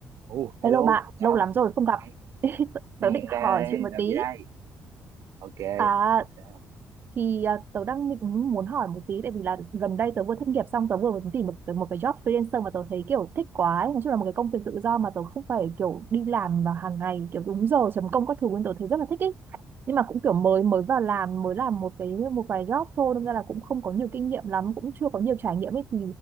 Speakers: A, on the right (about 65°); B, on the right (about 40°).
A: Ồ, hello,
B: Hello bạn,
A: sao?
B: lâu lắm rồi không gặp.
A: Nay,
B: <laughs>
A: nay
B: Tớ định
A: hẹn
B: hỏi
A: ra đây,
B: chuyện một
A: làm
B: tí.
A: gì đây? Ok,
B: À
A: sao?
B: thì à, tớ đang định muốn hỏi một tí tại vì là gần đây tớ vừa thất nghiệp xong tớ vừa mới tìm một cái, một cái job freelancer mà tớ thấy kiểu thích quá ấy. Nói chung là một cái công việc tự do mà tớ không phải kiểu đi làm vào hàng ngày kiểu đúng giờ chấm công các thứ nên tớ thấy rất là thích ấy. Nhưng mà cũng kiểu mới mới vào làm mới làm một cái một vài job thôi nên là cũng không có nhiều kinh nghiệm lắm, cũng chưa có nhiều trải nghiệm ấy thì